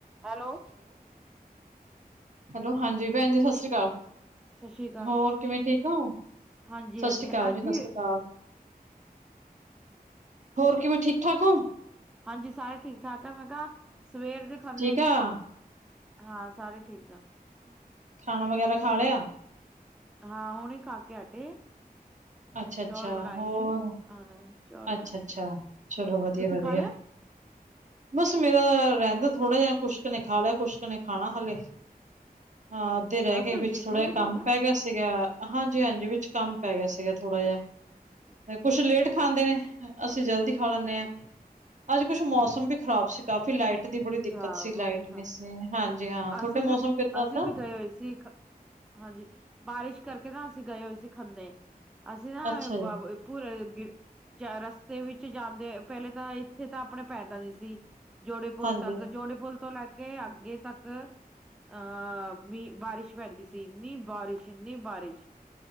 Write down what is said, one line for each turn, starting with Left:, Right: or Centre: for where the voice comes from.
Centre: Hello?
Right: Hello, ਹਾਂਜੀ ਭੈਣ ਜੀ ਸਤਿ ਸ੍ਰੀ ਅਕਾਲ।
Centre: ਸਤਿ ਸ੍ਰੀ ਅਕਾਲ
Right: ਹੋਰ ਕਿਵੇਂ ਠੀਕ ਹੋ,
Centre: ਹਾਂਜੀ
Right: ਸਤਿ
Centre: ਹਾਂਜੀ
Right: ਸ੍ਰੀ ਅਕਾਲ
Centre: ਹਾਂਜੀ
Right: ਜੀ ਸਤਿ ਸ੍ਰੀ ਅਕਾਲ। ਹੋਰ ਕਿਵੇਂ ਠੀਕ ਠਾਕ ਹੋ।
Centre: ਹਾਂਜੀ, ਸਾਰੇ ਠੀਕ ਠਾਕ ਆ, ਮੈਂ ਕਿਹਾ ਸਵੇਰ ਦੇ ਖਨ੍ਹੇ
Right: ਕਿਆ।
Centre: ਹਾਂ ਸਾਰੇ ਠੀਕ ਠਾਕ ਆ।
Right: ਖਾਣਾ ਵਗੈਰਾ ਖਾ ਲਿਆ।
Centre: ਹਾਂ ਹੁਣੇ, ਖਾ ਕੇ ਹਟੇ।
Right: ਅੱਛਾ
Centre: ਚੌਲ
Right: ਅੱਛਾ,
Centre: ਬਣਾਏ
Right: ਹੋਰ
Centre: ਸੀ ਹਾਂ ਚੌਲ
Right: ਅੱਛਾ
Centre: ਬਣਾਏ
Right: ਅੱਛਾ,
Centre: ਸੀ
Right: ਚਲੋ ਵਧੀਆ
Centre: ਤੁਸੀਂ
Right: ਵਧੀਆ।
Centre: ਖਾ ਲਿਆ
Right: ਬਸ ਮੇਰਾ ਰਹਿੰਦਾ ਥੋੜ੍ਹਾ ਜਿਹਾ, ਕੁਛਕ ਨੇ ਖਾ ਲਿਆ ਕੁਛਕ ਨੇ ਖਾਣਾ ਹੱਲੇ। ਹਾਂ ਅੱਧੇ ਰਹਿ
Centre: ਦਸ
Right: ਗਏ,
Centre: ਵਜ
Right: ਵਿੱਚ
Centre: ਇੰਨੇ
Right: ਥੋੜ੍ਹਾ
Centre: ਲੇਟ
Right: ਜਿਹਾ ਕੰਮ
Centre: ਹੋ
Right: ਪੈ ਗਿਆ ਸੀਗਾ। ਹਾਂਜੀ ਹਾਂਜੀ ਵਿੱਚ ਕੰਮ ਪੈ ਗਿਆ ਸੀਗਾ ਥੋੜਾ ਜਿਹਾ,
Centre: ਅੱਛਾ
Right: ਕੁਝ ਲੇਟ ਖਾਂਦੇ ਨੇ, ਅਸੀਂ ਜਲਦੀ ਖਾ ਲੈਂਦੇ
Centre: ਅੱਛਾ
Right: ਹਾਂ,
Centre: ਅੱਛਾ
Right: ਅੱਜ ਕੁਛ ਮੌਸਮ ਵੀ ਖ਼ਰਾਬ ਸੀ। ਕਾਫੀ ਲਾਈਟ ਦੀ ਬੜੀ ਦਿੱਕਤ
Centre: ਖਰਾਬ
Right: ਸੀ, ਲਾਈਟ
Centre: ਹੋ ਗਈ ਨਾ
Right: ਨਹੀਂ ਸੀ, ਹਾਂਜੀ ਹਾਂ ਤੁਹਾਡੇ
Centre: ਅਸੀਂ
Right: ਮੌਸਮ
Centre: ਵੀ
Right: ਕਿੱਦਾਂ
Centre: ਅਸੀਂ
Right: ਦਾ।
Centre: ਵੀ ਗਏ ਹੋਏ ਸੀ ਹਾਂਜੀ, ਬਾਰਿਸ਼ ਕਰਕੇ ਨਾ, ਅਸੀਂ ਗਏ ਹੋਏ ਸੀ ਖੰਨੇ ਅਸੀਂ ਨਾ
Right: ਅੱਛਾ ਜੀ
Centre: ਪੂਰੇ ਚਾਰ ਰਸਤੇ ਵਿੱਚ ਜਾਂਦੇ, ਪਹਿਲੇ ਤਾਂ ਇੱਥੇ ਤਾਂ ਆਪਣੇ ਪੈਂਦਾ ਨਹੀਂ ਸੀ। ਜੋੜੇਪੁਲ
Right: ਹਾਂਜੀ
Centre: ਤੱਕ, ਜੋੜੇ ਪੁਲ ਤੋਂ ਲੈ ਕੇ ਅੱਗੇ ਤੱਕ ਅਹ ਬਾਰਿਸ਼ ਪੈਂਦੀ ਸੀ, ਇੰਨੀ ਬਾਰਿਸ਼ ਇੰਨੀ ਬਾਰਿਸ਼